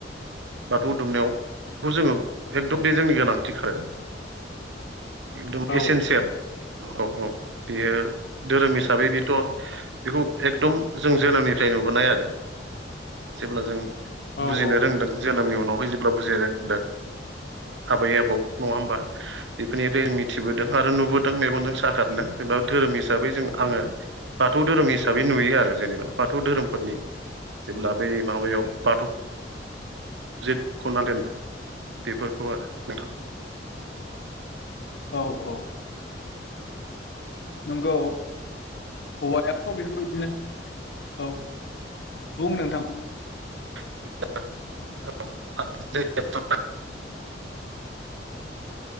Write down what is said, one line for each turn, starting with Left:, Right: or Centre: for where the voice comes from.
Right: बाथौव दुमनायावबो जोंङो एखदम बे जोंनि गोनांथि खा आरो एकदम
Left: औ
Right: एसेन्सियेल औ औ बेयो धोरोम हिसाबै बेथ' बेखौ एकदम जों जोनोमनिफ्राय नुबोनाय आरो जेब्ला जों
Left: औ
Right: बुजिनो रोंदों जोनोमनि उनावहाय जेब्ला बुजिनो रोंदों आबै आबौ नङा होमबा बेफोरनिफ्राय मिथिबोदों आरो नुबोदों मेगनजों सागारदों जेनेबा धोरोम हिसाबै जों आङो बाथौ धोरोम हिसाबै नुयो आरो जेनेबा बाथौ धोरोमफोरनि जेब्ला बै माबायाव बाथौ जे खना दोनो बेफोरखौ आरो नोंथां
Left: औ औ । नोंगौ औवा एप' बेफोरबायदिनो औ। बुं नोंथां।
Right: <unintelligible>